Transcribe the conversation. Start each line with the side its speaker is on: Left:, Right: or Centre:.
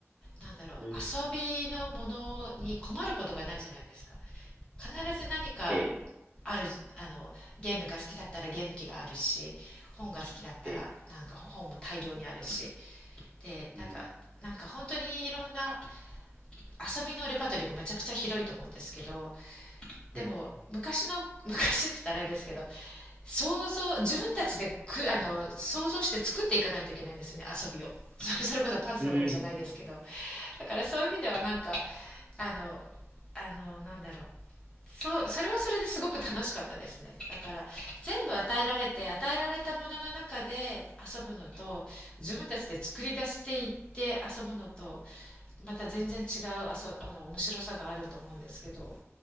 Left: なんだろう遊びのものに困ることがないじゃないですか
Right: うん。
Left: 必ず何か
Right: ええ、
Left: あるあのゲームが好きだったらゲーム機があるし本が好きだったらなんか本も大量にあるし
Right: ええ、
Left: でなんかなんか本当にいろんな
Right: うん。
Left: 遊びのレパートリーがめちゃくちゃ広いと思うんですけどでも昔の
Right: うん。
Left: <laughs> 昔って言ったらあれですけど想像自分たちでくあの想像して作っていかないといけないんですよね遊びをそそれこそパンツのゴムじゃないですけど
Right: うん。うん。
Left: だからそういう意味ではなんかあのあのなんだろうそうそれはそれですごく楽しかったですねだから全部与えられて与えられたものの中で遊ぶのと自分たちで作り出していって遊ぶのとまた全然違う遊あの面白さがあると思うんですけど